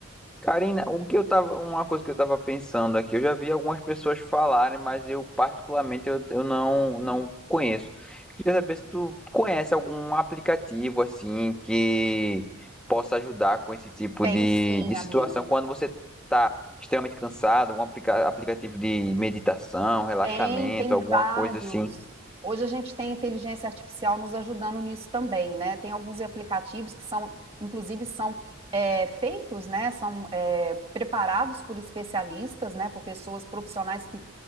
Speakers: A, in the centre; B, on the right (about 25°).
A: Karina, o que eu tava, uma coisa que eu estava pensando aqui, eu já vi algumas pessoas falarem, mas eu particularmente eu, eu não não conheço. Queria saber se tu conhece algum aplicativo assim que possa ajudar com esse tipo
B: Tem
A: de,
B: sim,
A: de
B: amigo.
A: situação quando você está extremamente cansado, algum aplica- aplicativo de meditação, relaxamento,
B: Tem, tem
A: alguma
B: vários.
A: coisa assim.
B: Hoje a gente tem inteligência artificial nos ajudando nisso também, né? Tem alguns aplicativos que são, inclusive, são é, feitos, né? São é, preparados por especialistas, né? Por pessoas profissionais que